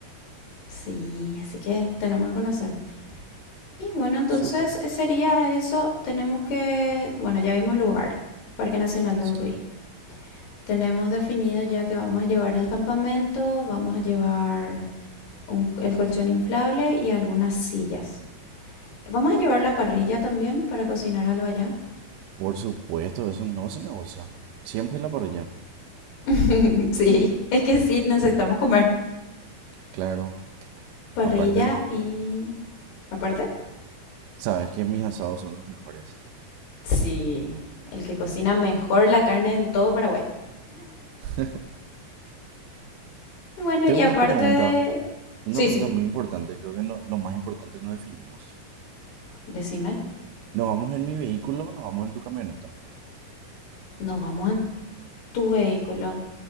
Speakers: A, on the left; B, on the right.
A: Sí, así que tenemos que conocer. Y bueno, entonces
B: Súper.
A: eh, sería eso. Tenemos que, bueno, ya vimos lugar, Parque Nacional de
B: Sí.
A: Ucuy. Tenemos definido ya que vamos a llevar el campamento, vamos a llevar un- el colchón inflable y algunas sillas. Vamos a llevar la parrilla también para cocinar algo allá.
B: Por supuesto, eso no se negocia. Siempre la parrilla.
A: <laughs> Sí, es que sí, necesitamos comer.
B: Claro,
A: Parrilla
B: aparte,
A: y... Aparte
B: sabes que mis asados son los mejores.
A: Sí, el que cocina mejor la carne en todo Paraguay.
B: <laughs>
A: Bueno,
B: Tengo
A: y
B: una
A: aparte
B: pregunta,
A: de...
B: una
A: Sí,
B: pregunta
A: sí,
B: muy importante, creo que no, lo más importante nos definimos.
A: decime,
B: ¿Nos vamos en mi vehículo o nos vamos en tu camioneta?
A: nos vamos en tu vehículo,